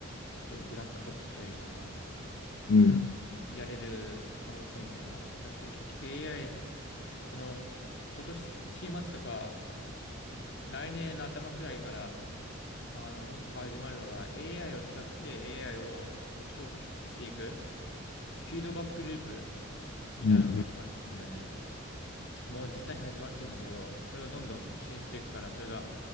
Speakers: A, on the left (about 60°); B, on the left (about 80°).
A: ちょっとブラックボックスというかさ、
B: うん。
A: やれる可能性みたいな。だって結局 AI、その、今年、4末とか、来年の頭くらいから、あの、もっと始まるのが AI を使って AI を強化し、していく、フィードバックループみたいなのが始まるって言うんだよね。
B: うん。
A: もう実際に始まってんだけど、それがどんどん促進していくから、それが